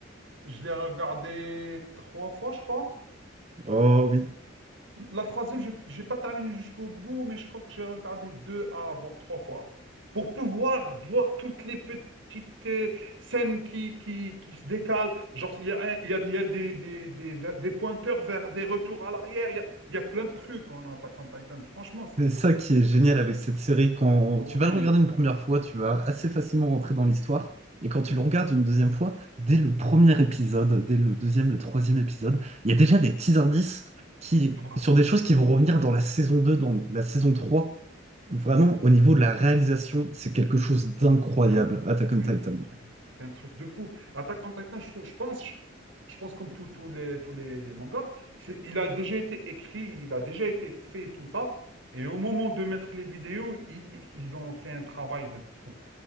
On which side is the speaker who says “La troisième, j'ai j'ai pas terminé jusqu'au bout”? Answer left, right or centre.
Right